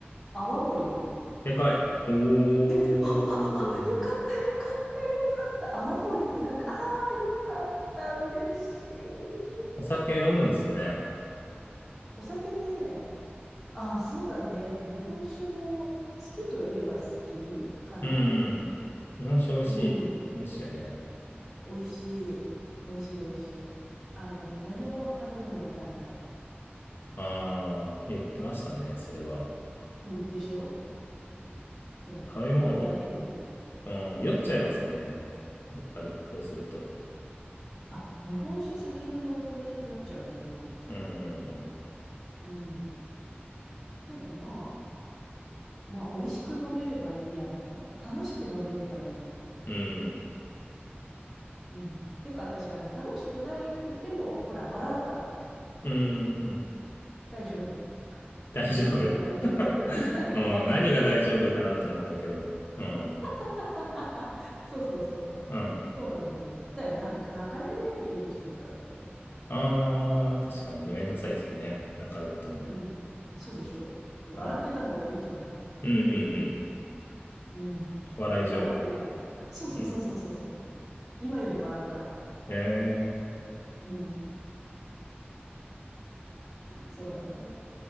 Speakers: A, in the centre; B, on the left.
A: 泡盛
B: でかい。おー。
A: あ、あ、あ、よかった、よかった、よかった。泡盛ってなんか、ああ、よかった、嬉しい。
B: お酒飲むんですね。
A: お酒ね、あ、そうだね。日本酒も好きといえば好きかな
B: うん。日本酒美味しい。
A: うん。
B: 美味しいよね。
A: 美味しい。美味しい美味しい。あの、何も食べ物いらない。
B: ああ、言ってましたね、それは。
A: うん、でしょそう。
B: 食べ物、
A: 飲むだけで嬉しい。
B: うん、酔っちゃいますよね。やっぱり、そうすると。
A: あ、日本酒先に飲むとね、酔っちゃうけど。
B: うんうんうん。
A: うん。でもまあ、まあ、美味しく飲めればいいや、みたいな。楽しく飲めればいい。
B: うん。
A: うん。てか私、あの、楽しくないくても、ほら、笑うから
B: うんうんうん。
A: 大丈夫。
B: 大丈夫。
A: <laughs> 何が大丈夫
B: <laughs>
A: <laughs> 何が大丈夫な
B: うん、何が大丈夫かなと思ったけど。うん。
A: <laughs> そうそうそう。
B: うん。
A: そうなのよ。だから泣く泣かれるよりいいでしょう、だって。
B: ああ、確かにね、めんどくさいですよね。泣かれるとね。
A: うん。そうでしょ笑ってた方がいいじゃない。
B: はい。うんうんうん。
A: うん。
B: お笑い情報。
A: 酔っ払っても笑う。そうそうそうそうそうそう。
B: うん。
A: 今より笑うから。
B: ええ。
A: うん。そうなのよ。